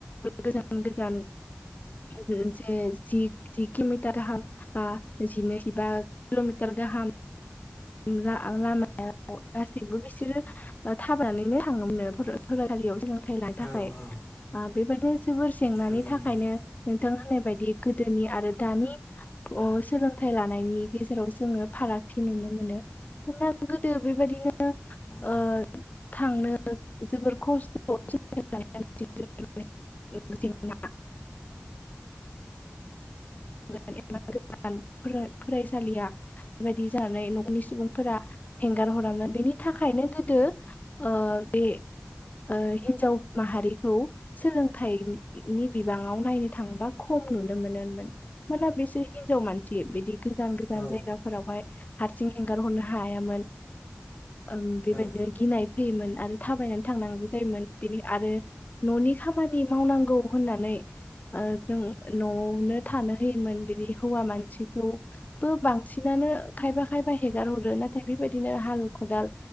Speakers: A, on the left; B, on the left.
A: गोजान गोजान जे जि खिमटार गाहाम। बा जिनै जिबा किल'मिटार गाहाम। दा लामायाव गासैबो बिसोरो थाबायनानैनो थाङोमोनो फरायसालियाव जो फैनाय थाखाय
B: औ
A: लानो
B: औ
A: थाखाय बेबायदिनो जोबोर जेंनानि
B: थारैनो
A: थाखायनो नोंथां होननाय बायदि गोदोनि आरो दानि अ' सोलोंथाइ लानायनि गेजेराव जोङो फारागथि नुनो मोन नो गोदो बेबायदिनो
B: औ
A: ओ थांनो जोबोर खस्थ' <unintelligible> जेंना <unintelligible> गोजान फरा फरायसालिया बेबायदि जानानै नखरनि सुबुंफोरा हेंगार हरामोन बेनि थाखायनो गोदो ओ बे ओ हिन्जाव माहारिखौ सोलोंथाइनि बिबाङाव नायनो थाङोबा खम नुनो मोनो मोन मोना बिसोर हिनजाव मानसि बिदि गोजान गोजान
B: औ
A: जायगाफोराव हाय हारसिं एंगार हरनो हायामोन। ओम बेबायदिनो
B: औ
A: गिनाय फैयोमोन आरो थाबायनानै थांनांगौ जायोमोन बेनि आरो न'नि खामानि मावनांगौ होननानै ओ जों न'आवनो थानो होयोमोन बिनि हौवा मानसिखौ बो बांसिनानो खायबा खायबा हेगार हरो नाथाय बेबायदिनो हाल खदाल